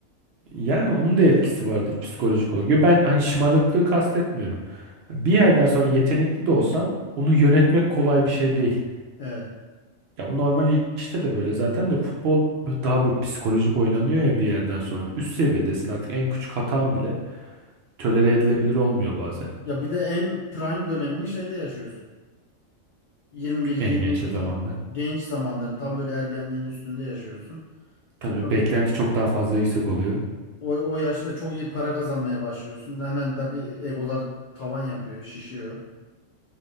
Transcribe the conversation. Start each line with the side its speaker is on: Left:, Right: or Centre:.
Right: Yani onun da etkisi vardır psikolojik olarak. Yo, Ben hani şımarıklığı kastetmiyorum. Bir yerden sonra yetenekli de olsan onu yönetmek kolay bir şey değil.
Left: Evet.
Right: Ya bu normal işte de böyle zaten de futbol daha böyle psikolojik oynanıyor ya bir yerden sonra. Üst seviyedesin artık en küçük hatan bile tolere edilebilir olmuyor bazen
Left: Ya bir de en prime dönemini şeyde yaşıyorsun. 21-22
Right: en genç zamanda.
Left: genç zamanların tam böyle ergenliğin üstünde yaşıyorsun.
Right: Tabii
Left: E, tabii
Right: beklenti çok daha fazla yüksek oluyor.
Left: o, o yaşta çok iyi para kazanmaya başlıyorsun. Hemen tabii egolar tavan yapıyor, şişiyor.